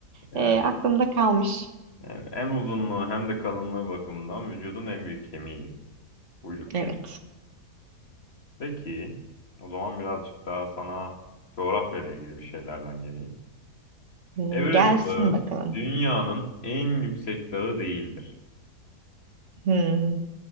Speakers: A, on the left; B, on the right.
A: Yani
B: e, aklımda kalmış.
A: evet, hem uzunluğu hem de kalınlığı bakımından vücudun en büyük kemiği uyluk kemiği.
B: Evet.
A: Peki, o zaman birazcık daha sana coğrafya ile ilgili bir şeylerden geleyim.
B: Hmm,
A: Everest
B: gelsin
A: Dağı
B: bakalım.
A: dünyanın en yüksek dağı değildir.
B: Hmm.